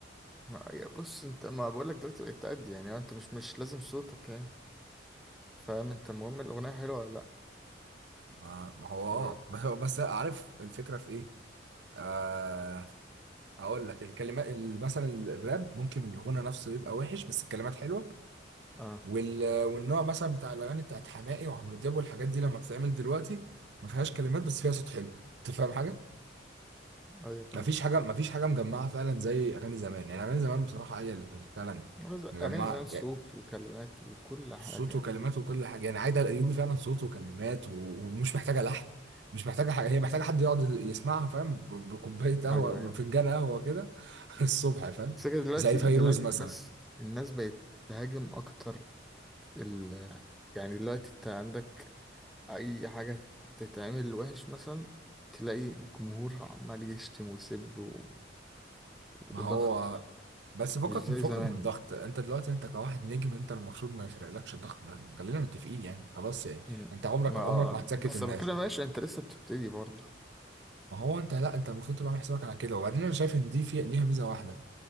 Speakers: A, in the centre; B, on the right.
A: ما يا بص انت ما بقولك دلوقتي بقيت تأدي يعني انت مش مش لازم صوتك يعني فاهم انت المهم الأغنية حلوة ولا لأ
B: ما ما هو اه
A: ف...
B: بس بس عارف الفكرة في ايه؟ آه هقول لك الكلمات ال- مثلا الراب ممكن الغنى نفسه يبقى وحش بس الكلمات حلوة
A: اه
B: وال... والنوع مثلا بتاع الاغاني بتاعت حماقي وعمرو دياب والحاجات دي لما بتتعمل دلوقتي ما فيهاش كلمات بس فيها صوت حلو انت فاهم حاجة؟
A: ايوه فاهمك
B: ما فيش حاجة ما فيش حاجة مجمعة فعلا زي اغاني زمان يعني اغاني زمان بصراحة هي اللي كانت فعلا
A: بس
B: مجمعة
A: اغاني زمان صوت وكلمات وكل حاجه
B: صوته وكلماته وكل حاجه يعني عايده الايوبي فعلا صوته وكلمات و- ومش محتاجه لحن مش محتاجه حاجه هي محتاجه حد يقعد يسمعها فاهم ب- بكوبايه قهوه
A: ايوه
B: بفنجان
A: ايوه
B: قهوه كده <laughs> الصبح فاهم
A: بس كده دلوقتي
B: زي فيروز
A: دلوقتي
B: مثلا
A: الناس الناس بقت تهاجم اكتر ال يعني دلوقتي انت عندك اي حاجه تتعمل وحش مثلا تلاقي جمهور عمال يشتم ويسب و... وضغط
B: ما هو بس فكك
A: مش زي
B: من فكك
A: زمان
B: من ضغط انت دلوقتي انت كواحد نجم انت المفروض ما يفرقلكش الضغط ده خلينا متفقين يعني خلاص يعني
A: مم.
B: انت عمرك
A: ما
B: عمرك
A: اه
B: ما هتسكت
A: بس
B: الناس
A: بتكلم ماشي انت لسه بتبتدي برضه
B: ما هو انت لا انت المفروض تبقى عامل حسابك على كده وبعدين انا شايف ان دي في ليها ميزه واحده